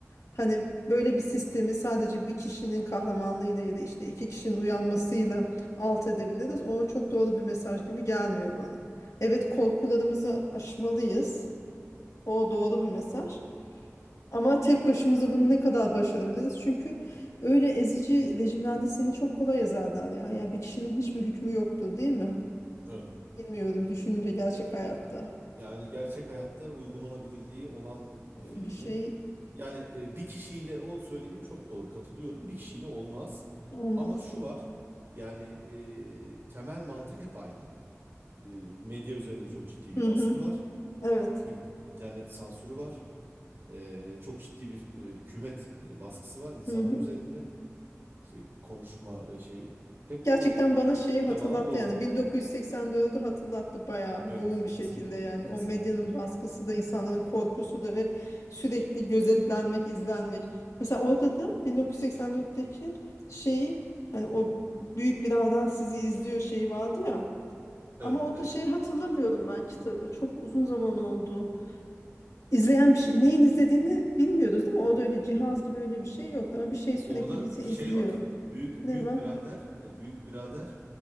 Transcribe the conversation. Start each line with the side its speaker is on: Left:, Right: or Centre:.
Left: Hani böyle bir sistemi sadece bir kişinin kahramanlığıyla ya da işte iki kişinin uyanmasıyla alt edebiliriz. O çok doğru bir mesaj gibi gelmiyor bana. Evet korkularımızı aşmalıyız. O doğru bir mesaj. Ama tek başımıza bunu ne kadar başarabiliriz? Çünkü öyle ezici rejimlerde seni çok kolay ezerler ya. Ya bir kişinin hiçbir hükmü yoktur değil mi?
Right: Evet.
Left: Bilmiyorum düşününce gerçek hayatta
Right: Yani gerçek hayatta uygulanabilirliği olan bir film
Left: bir şey
Right: mi? Yani e, bir kişiyle o söylediğin çok doğru katılıyorum. Bir kişiyle olmaz.
Left: olmaz.
Right: Ama şu var. Yani e, temel mantık hep aynı. E, medya üzerinde çok ciddi bir
Left: Hı
Right: baskı
Left: hı.
Right: var.
Left: Evet.
Right: İn- İnternet sansürü var. E, çok ciddi bir e, hükümet e, baskısı var insanlar
Left: Hı hı.
Right: üzerinde. İşte konuşma ve şey. Hep
Left: Gerçekten
Right: bu
Left: bana şeyi hatırlattı
Right: yamalar doğru.
Left: yani 1984'ü hatırlattı bayağı
Right: Evet,
Left: yoğun bir şekilde
Right: kesinlikle.
Left: yani
Right: Kesinlikle.
Left: o medyanın
Right: Bin-
Left: baskısı da insanların korkusu da ve sürekli gözetlenmek, izlenmek. Mesela orada da 1984'teki şeyi hani o büyük birader sizi izliyor şeyi vardı ya
Right: Evet,
Left: ama orada
Right: evet.
Left: şeyi hatırlamıyorum ben kitabı çok uzun zaman oldu. İzleyen bir şey neyin izlediğini bilmiyoruz değil mi? Orada öyle cihaz gibi öyle bir şey yoktu ama bir şey sürekli
Right: Orada
Left: bizi
Right: şey
Left: izliyor.
Right: var. Büyük
Left: Ne
Right: büyük
Left: var?
Right: birader, e, büyük birader